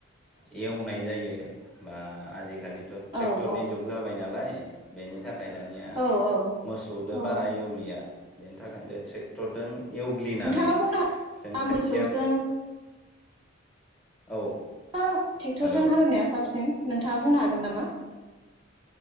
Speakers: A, in the centre; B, on the right.
A: एवनाय जायो, बा आजि खालिथ'
B: औ
A: ट्रेक्टरनि जुग जाबाय नालाय बेनि था थाखाय दानिया
B: औ
A: मोसौदो
B: औ
A: बारा
B: औ
A: एवलिया बेनि थाखायनो ट्रेक्टरजों एवग्लिनानै
B: नोंथाङा बुंनो
A: जों
B: हागोन
A: खोथिया
B: मोसौजों
A: औ
B: दा ट्रेक्टरजों
A: हेल'
B: हालेवनाया साबसिन नोंथाङा बुंनो हागोन नामा?